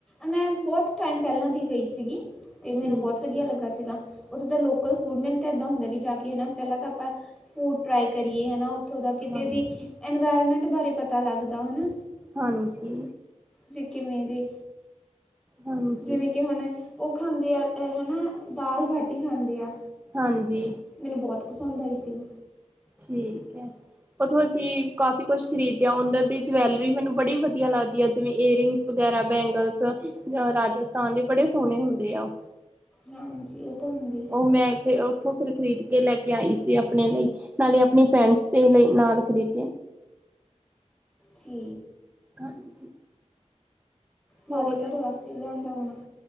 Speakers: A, in the centre; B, on the right.
A: ਮੈਂ ਬਹੁਤ ਟਾਈਮ ਪਹਿਲਾਂ ਦੀ ਗਈ ਸੀਗੀ। ਤੇ ਮੈਨੂੰ
B: ਠੀਕ
A: ਬਹੁਤ ਵਧੀਆ
B: ਹੈ
A: ਲੱਗਾ ਸੀਗਾ। ਉੱਥੇ ਦਾ ਲੋਕਲ ਫੂਡ ਮੈਨੂੰ ਤਾਂ ਇੱਦਾਂ ਹੁੰਦਾ ਵੀ ਜਾ ਕੇ ਹਨਾ ਪਹਿਲਾਂ ਤਾਂ ਆਪਾਂ ਫੂਡ ਟਰਾਈ ਕਰੀਏ ਹਨਾ। ਉੱਥੋਂ ਦਾ ਕਿਤੇ
B: ਹਾਂਜੀ
A: ਦੀ ਇਨਵਾਇਰਮੈਂਟ ਬਾਰੇ ਪਤਾ ਲੱਗਦਾ ਹਨਾ।
B: ਹਾਂਜੀ।
A: ਵੀ ਕਿਵੇਂ ਦੇ
B: ਹਾਂਜੀ
A: ਜਿਵੇਂ ਕਿ ਹੁਣ ਓ ਖਾਂਦੇ ਆ ਹਨਾ ਦਾਲ ਬਾਟੀ ਖਾਂਦੇ ਆ।
B: ਹਾਂਜੀ।
A: ਮੈਨੂੰ ਬਹੁਤ ਪਸੰਦ ਆਈ ਸੀ।
B: ਠੀਕ ਐ ਉੱਥੋਂ ਅਸੀਂ ਕਾਫੀ ਕੁਛ ਖਰੀਦਿਆ ਉਨਾਂ ਦੀ। ਜਵੈਲਰੀ ਮੈਨੂੰ ਬੜੀ ਵਧੀਆ ਲੱਗਦੀ ਐ ਜਿਵੇਂ ਏਅਰਿੰਗਸ ਵਗੈਰਾ ਬੈਂਗਲਸ ਰਾਜ ਕਾਂ ਟੇ ਬੜੇ ਸੋਹਣੇ ਹੁੰਦੇ ਆ।
A: ਹਾਂਜੀ। ਤਾਂ ਹੁੰਦੀ ਹੈ
B: ਓ ਮੈਂ ਇਥੇ ਉੱਥੋਂ ਫਿਰ ਖ਼ਰੀਦ ਕੇ ਲੈ ਕੇ ਆਈ ਸੀ ਆਪਣੇ ਲਈ। ਨਾਲੇ ਆਪਣੀ ਫਰੈਂਡਸ ਦੇ ਲਈ ਨਾਲ ਖਰੀਦੇ।
A: ਜੀ।
B: ਹਾਂਜੀ।
A: ਨਾਲੇ
B: ਹੋਰ
A: ਘਰ ਵਾਸਤੇ ਲਿਉਂਦਾ ਹੋਣਾ।